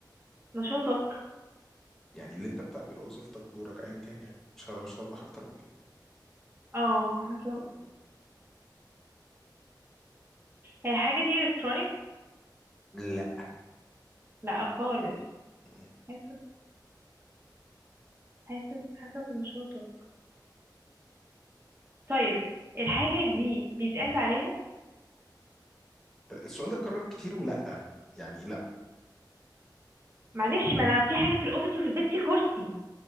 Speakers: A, on the right; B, in the centre.
A: نشاطك
B: يعني اللي انت بتعمله وظيفتك دورك ايا كان يعني مش ه- مش هوضح اكتر من كده
A: اه حسب هي الحاجة دي الكترونيك
B: لا
A: لا خالص
B: مم.
A: حسب حسب حسب نشاطك طيب الحاجة دي بيتقعد عليها
B: السؤال ده اتكرر كتير ولا يعني لا
A: معلش ما انا في حاجة في الأوفيس وفي البيت في كرسي